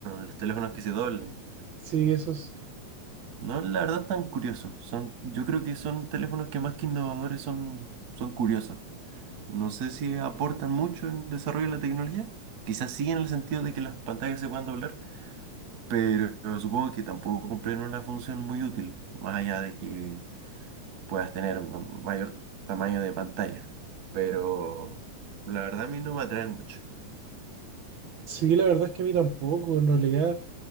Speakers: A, on the right; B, on the right.
A: los teléfonos que se doblan.
B: Sí, esos.
A: No, la verdad tan curiosos. Son, yo creo que son teléfonos que más que innovadores son, son curiosos. No sé si aportan mucho en el desarrollo de la tecnología. Quizás sí en el sentido de que las pantallas se puedan doblar, pero supongo que tampoco cumplen una función muy útil, más allá de que puedas tener ma- mayor tamaño de pantalla. Pero la verdad a mí no me atraen mucho.
B: Sí, la verdad es que a mí tampoco, en realidad.